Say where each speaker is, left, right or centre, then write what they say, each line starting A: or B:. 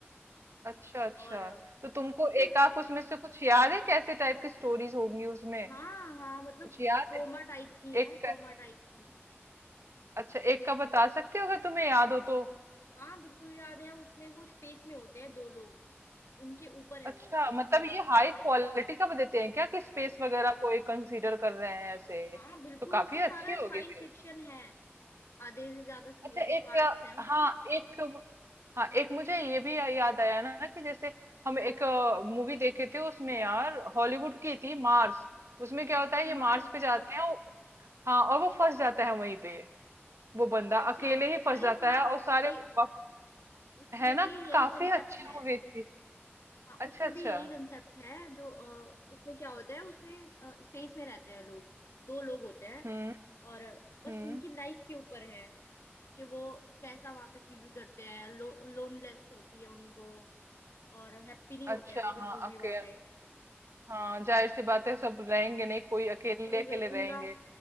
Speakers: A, on the right; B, on the left.
A: अच्छा अच्छा
B: और अ,
A: तो तुमको
B: बिल्कुल
A: एकाक उसमें से कुछ याद है कैसे टाइप की स्टोरीज होंगी उसमें
B: हाँ हाँ मतलब
A: कुछ याद
B: ट्रोमा
A: है
B: टाइप की हैं
A: एक
B: ट्रोमा
A: का
B: टाइप की
A: अच्छा एक का बता सकते हो अगर तुम्हें याद हो तो
B: हाँ बिल्कुल याद है उसमें वो स्पेस में होते हैं दो लोग उनके ऊपर है
A: अच्छा
B: वो एक
A: मतलब
B: पूरा
A: ये हाई क्वालिटी का देते हैं क्या कि स्पेस वगैरह को एक कंसीडर कर रहे हैं ऐसे
B: हाँ बिल्कुल
A: तो काफी
B: उसमें सारा
A: अच्छी
B: साइंस
A: होगी फिर
B: फिक्शन है आधे से ज्यादा सी-
A: अच्छा
B: जो
A: एक
B: पार्ट्स
A: अ,
B: हैं उसके
A: हाँ एक हाँ एक मुझे ये भी या- याद आया ना कि जैसे हम एक मूवी देखे थे उसमें यार हॉलीवुड की थी मार्स उसमें क्या होता
B: अच्छा
A: है ये
B: मार्स
A: मार्स पे जाते हैं वो- हाँ और वो फंस जाता है वहीं पे वो बंदा
B: अच्छा
A: अकेले ही फंस
B: अरे
A: जाता
B: हाँ
A: है और सारे
B: ये
A: वाप-
B: उसमें
A: है ना
B: भी यही
A: काफी
B: कंसेप्ट
A: अच्छी
B: है
A: मूवी थी
B: हाँ
A: अच्छा
B: उसमें
A: अच्छा
B: भी यही कंसेप्ट है जो अ, उसमें क्या होता है उसमें स्पेस में रहते हैं लोग दो लोग होते हैं
A: हम्म
B: और बस
A: हम्म
B: उनकी लाइफ के ऊपर है कि वो कैसा वहां पे फील करते हैं लो, लोनलेस होती है उनको और हैप्पी नहीं होते
A: अच्छा
B: हैं वो बिल्कुल
A: हाँ
B: भी
A: अके
B: वहां पे
A: हाँ जाहिर सी बात है सब रहेंगे नहीं कोई अकेले
B: वही
A: अकेले
B: वही
A: रहेंगे
B: उनका